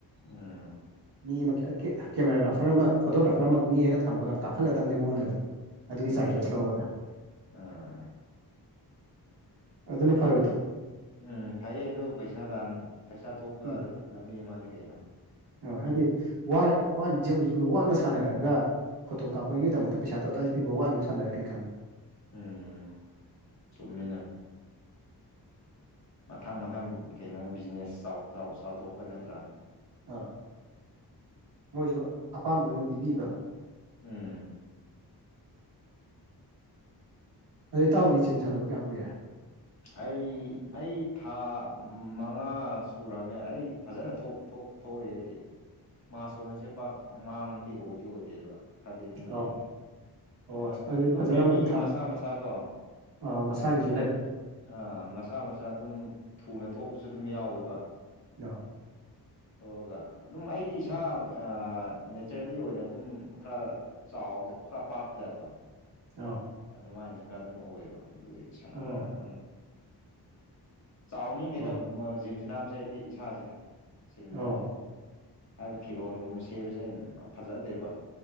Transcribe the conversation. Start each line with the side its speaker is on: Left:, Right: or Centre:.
Left: ꯎꯝ
Right: ꯃꯤ ꯑꯃꯒꯤ <unintelligible> ꯀꯦꯃꯦꯔꯥꯒ꯭ꯔꯥꯐꯔ ꯑꯃ ꯐꯣꯇꯣꯒ꯭ꯔꯥꯐꯔ ꯑꯃꯒ ꯅꯦꯛꯑꯒ ꯊꯝꯃꯒ ꯀꯥꯞꯐꯜꯂꯗꯕꯅꯤ ꯃꯉꯣꯟꯗ ꯑꯗꯨꯝ ꯑꯗꯨꯒꯤ
Left: ꯎꯝ
Right: ꯆꯥꯔꯖꯦꯁ ꯂꯧꯔꯒ
Left: ꯑꯥ
Right: ꯑꯗꯨꯅ ꯐꯔꯣꯏꯗ꯭ꯔꯣ
Left: ꯎꯝ ꯐꯩꯌꯦ ꯑꯗꯨ ꯄꯩꯁꯥ ꯇꯥꯟ__ ꯄꯩꯁꯥ ꯊꯣꯛꯄ
Right: ꯎꯝ
Left: ꯂꯝꯕꯤ ꯑꯃꯅꯦ ꯀꯩꯅꯣ
Right: ꯑ ꯍꯥꯏꯗꯤ ꯋꯥꯔ <unintelligible> ꯋꯥꯠꯅ ꯁꯥꯟꯅꯔꯒ ꯐꯣꯇꯣ ꯀꯥꯞꯄꯒꯤꯗꯛꯇ ꯄꯩꯁꯥ ꯇꯞ ꯇꯥꯏꯗꯤ ꯄꯤꯕ ꯋꯥꯗꯕꯤ ꯁꯥꯟꯅꯔ ꯀꯩꯀꯥꯅꯅꯤ
Left: ꯎꯝ ꯆꯨꯝꯃꯦꯅ ꯃꯊꯪ ꯃꯊꯪ ꯀꯩꯅꯣ ꯕꯤꯖꯤꯅꯦꯁ ꯆꯥꯎ ꯆꯥꯎ ꯆꯥꯎꯊꯣꯛꯄ ꯅꯠꯇ꯭ꯔꯥ
Right: ꯑꯥ ꯃꯣꯏꯁꯨ ꯑꯄꯥꯝꯕꯗꯣ ꯑꯗꯨꯝ ꯄꯤꯕꯤꯕ
Left: ꯎꯝ
Right: ꯑꯗꯣ ꯏꯇꯥꯎꯗꯤ ꯖꯤꯝ ꯁꯥꯟꯅꯕ ꯀꯌꯥꯝ ꯀꯨꯏꯔꯦ
Left: ꯑꯩ ꯑꯩ ꯊꯥ ꯃꯉꯥ ꯁꯨꯔꯝꯃꯦ ꯑꯩ ꯐꯖꯅ ꯊꯣꯛ ꯊꯣꯛ ꯊꯣꯛꯑꯦ ꯑꯩꯗꯤ
Right: <inaudible>
Left: ꯃꯥꯁ ꯍꯣꯡꯉꯤꯖꯦ ꯄꯥꯛ ꯃꯥꯡꯕꯗꯤ ꯑꯣꯏꯗꯤ ꯑꯣꯏꯗꯦꯕ ꯈꯔꯗꯤ ꯑꯗꯨꯝ ꯂꯩꯔꯤꯅꯦ
Right: ꯑꯣ <unintelligible>
Left: ꯑꯗꯨꯝ
Right: ꯐꯖꯔꯝꯃꯅꯤ
Left: ꯃꯤ ꯃꯤꯒꯤ
Right: ꯊꯥ
Left: ꯃꯁꯥ ꯃꯁꯥ ꯀꯣ
Right: ꯑ ꯃꯁꯥꯒꯤꯁꯨ
Left: ꯃꯤ
Right: ꯂꯩ
Left: ꯃꯤ ꯑꯥ ꯃꯁꯥ ꯃꯁꯥ ꯑꯗꯨꯝ ꯊꯨꯅ ꯊꯣꯛꯄꯁꯨ ꯑꯗꯨꯝ ꯌꯥꯎꯋꯦꯕ
Right: <unintelligible>
Left: ꯊꯣꯛꯑꯒ ꯑꯗꯨꯝ ꯑꯩꯗꯤ ꯏꯁꯥ ꯑꯥ ꯅꯦꯆꯔꯦꯜꯂꯤ ꯑꯣꯏꯅ ꯑꯗꯨꯝ ꯈꯔ ꯆꯥꯎꯕꯥꯖꯦ ꯐꯔ ꯄꯥꯛꯄ ꯖꯥꯠꯇꯣ
Right: ꯑꯣ
Left: ꯑꯗꯨꯃꯥꯏꯅ ꯈꯔ ꯑꯗꯨꯝ ꯑꯣꯏꯌꯦꯕ ꯑꯗꯨꯒꯤ ꯁꯅꯔ
Right: ꯑꯣ
Left: ꯑꯗꯨꯝ ꯆꯥꯎꯅꯤꯡꯗꯦꯗ
Right: ꯑꯣ
Left: ꯃ ꯖꯤꯝꯁꯥꯅꯕꯁꯦ ꯍꯥꯏꯗꯤ ꯏꯁꯥꯁꯦ ꯁꯦꯡꯅ
Right: ꯑꯧ
Left: ꯍꯥꯏꯔꯗꯤ ꯍꯥꯏꯗꯤ ꯐꯤꯔꯣꯜꯒꯨꯝꯕ ꯁꯦꯕꯁꯦꯟ ꯐꯖꯗꯦꯕ